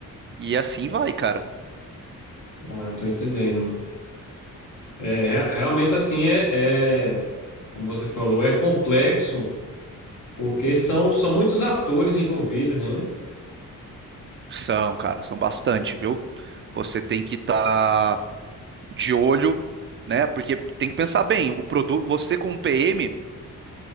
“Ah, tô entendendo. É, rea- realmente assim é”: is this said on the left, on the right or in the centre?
Left